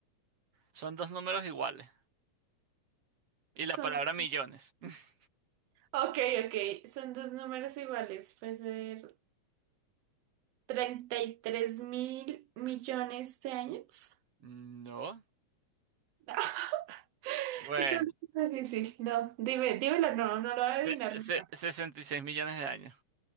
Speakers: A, on the right (about 55°); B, on the right (about 70°).
A: Son dos números iguales. Y
B: son,
A: la palabra millones. <laughs>
B: ok, ok, son dos números iguales. Puede ser 33 mil millones de años.
A: No.
B: <laughs>
A: Bueno.
B: eso es muy difícil. No, dime, dímelo, no, no lo voy a adivinar
A: Se-
B: nunca.
A: se- 66 millones de años.